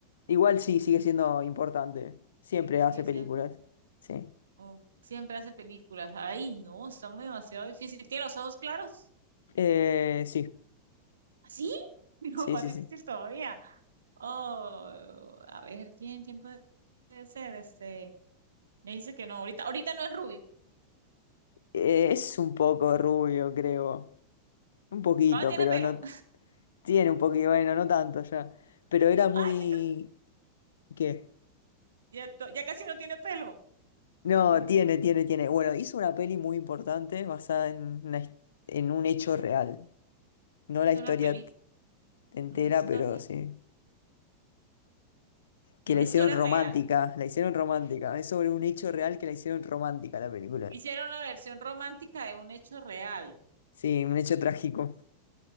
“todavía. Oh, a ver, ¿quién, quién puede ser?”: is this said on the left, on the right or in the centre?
Right